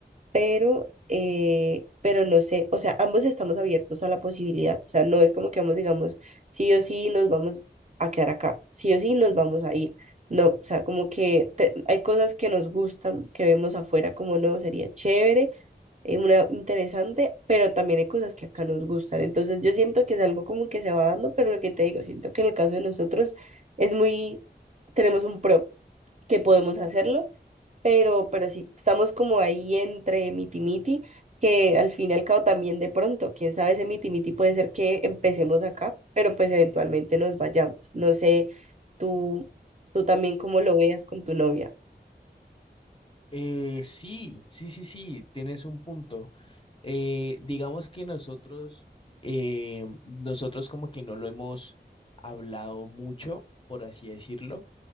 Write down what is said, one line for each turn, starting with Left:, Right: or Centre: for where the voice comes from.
Right: pero, eh, pero no sé, o sea, ambos estamos abiertos a la posibilidad, o sea, no es como que ambos digamos, sí o sí nos vamos a quedar acá, sí o sí nos vamos a ir, no, o sea, como que te- hay cosas que nos gustan, que vemos afuera como no, sería chévere, eh, una interesante, pero también hay cosas que acá nos gustan, entonces yo siento que es algo como que se va dando, pero lo que te digo, siento que en el caso de nosotros es muy, tenemos un pro, que podemos hacerlo pero, pero sí, estamos como ahí entre miti-miti, que al fin y al cabo también de pronto, quién sabe, ese miti-miti puede ser que empecemos acá, pero pues eventualmente nos vayamos. No sé, tú, tú también cómo lo veas con tu novia.
Left: Eh, sí, sí, sí, sí, tienes un punto. Eh, digamos que nosotros, eh, nosotros como que no lo hemos hablado mucho, por así decirlo.